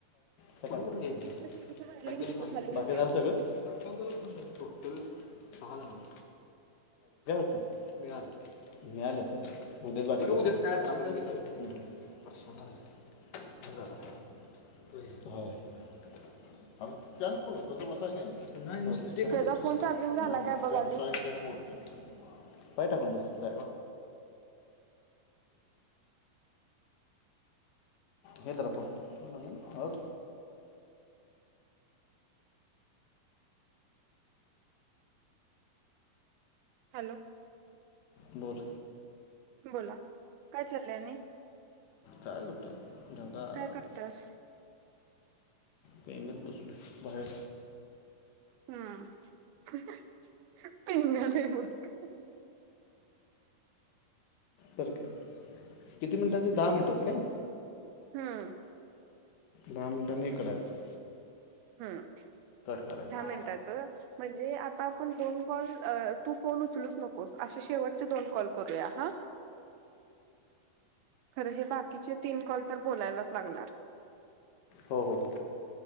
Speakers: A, on the left; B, on the right.
A: सकाळ <unintelligible>
B: इलेक्ट्रिसिटीचं म्हणलं की तिथं खाली गेले
A: <inaudible> बाकी झाल सगळ <unintelligible> टोटल सहा जणाच. <inaudible> मिळालेत, मिळालेत व्हय. <inaudible> <inaudible>
B: पटकण.
A: <inaudible> <inaudible> <unintelligible> पाय
B: त्याचा फोन चार्जिंग झाला काय बघ आधी
A: टाकून बस. <inaudible> <inaudible> हे धरा फोन. फोन लावला काय? ओ
B: हॅलो.
A: बोल.
B: बोला, काय चाललय आणि?
A: काय कुठ? ढगात.
B: काय करतास
A: पेंगत बसलोय बाहेर.
B: हुं. <inaudible> पेंगालय बोलतोय.
A: बर काय? किती मिनिटाचे, दहा मिनिटाचं काय?
B: हम्म
A: दहा मिनिटांनी हे करायचंय.
B: हुं.
A: करायचं
B: दहा मिनटाच म्हणजे आता आपण दोन कॉल अ तू फोन उचलूच नकोस, अशे शेवटचे दोन कॉल करूया हा. खरं हे बाकीचे तीन कॉल तर, बोलायलाच लागणार.
A: हो हो हो.